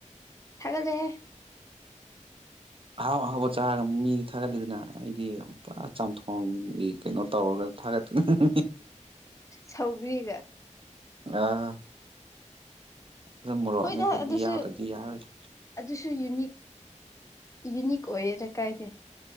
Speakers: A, on the left; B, on the right.
A: ꯊꯥꯒꯠꯂ‌ꯦꯍ‌ꯦ
B: ꯑꯍꯥꯎ ꯑꯍꯥꯎꯕ ꯆꯥꯔꯒ ꯃꯤꯗꯤ ꯊꯥꯒꯠꯂꯤꯗꯅ ꯑꯩꯗꯤ ꯄꯨꯔꯥ ꯆꯥꯝꯊꯣꯡꯒꯤ ꯀꯩꯅꯣ ꯇꯧꯔꯒ ꯊꯥꯒꯠꯇ‌ꯣꯏꯅꯤ
A: ꯁꯧꯒ꯭ꯔꯤꯒ
B: ꯑꯥ ꯑꯗꯨ ꯃ‌ꯣꯔ‌ꯣꯛ
A: ꯍꯣꯏꯗ
B: ꯑꯃ‌ꯦꯠꯄꯗꯨꯗꯤ
A: ꯑꯗꯨꯁꯨ
B: ꯌꯥꯎꯗ꯭ꯔꯗꯤ ꯌꯥꯔꯔ‌ꯣꯏꯗ
A: ꯑꯗꯨꯁꯨ ꯌꯨꯅꯤꯛ ꯌꯨꯅꯤꯛ ꯑꯣꯏꯌꯦꯗ ꯀꯥꯏꯗꯦ